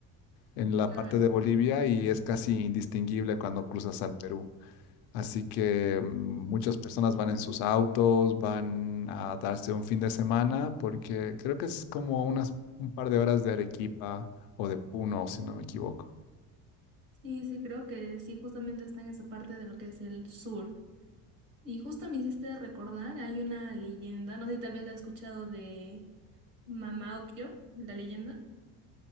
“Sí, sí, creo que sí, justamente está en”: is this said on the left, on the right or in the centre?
Right